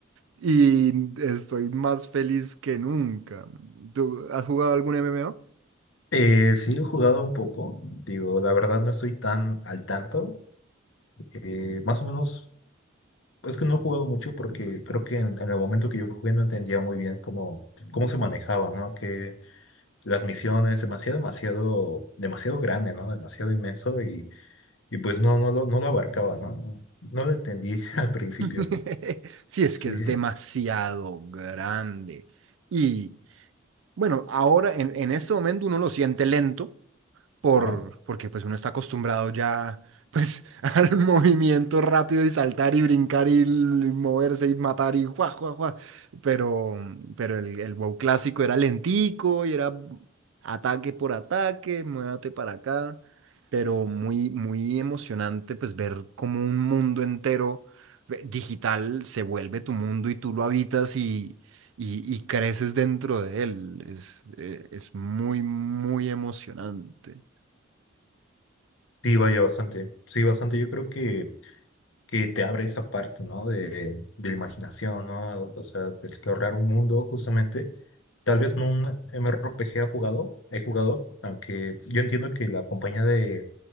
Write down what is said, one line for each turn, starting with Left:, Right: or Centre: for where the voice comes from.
Right: y estoy más feliz que nunca. ¿Tú has jugado algún MMO?
Left: Eh, sí, he jugado un poco, digo, la verdad no estoy tan al tanto, eh, más o menos, es que no he jugado mucho porque creo que en, en el momento que yo jugué no entendía muy bien cómo, cómo se manejaba, ¿no? Que las misiones, demasiado, demasiado, demasiado grande, ¿no? Demasiado inmenso y, y pues no, no lo, no lo abarcaba, ¿no? No, no lo entendí <laughs> al principio,
Right: <laughs> Si es que
Left: sí,
Right: es demasiado grande. Y bueno, ahora en, en este momento uno lo siente lento por,
Left: ajá.
Right: porque pues uno está acostumbrado ya pues <laughs> al movimiento rápido y saltar y brincar y, l- y moverse y matar y guau, guau, guau. Pero, pero el, el WoW clásico era lentico y era ataque por ataque, muévate para acá, pero muy, muy emocionante pues ver como un mundo entero eh, digital se vuelve tu mundo y tú lo habitas y... y- y creces dentro de él. Es, eh, es muy, muy emocionante.
Left: Sí, vaya bastante. Sí, bastante. Yo creo que, que te abre esa parte, ¿no? De, de la imaginación, ¿no? O sea, de explorar un mundo, justamente. Tal vez no un m MMORPG ha jugado, he jugado, aunque yo entiendo que la compañía de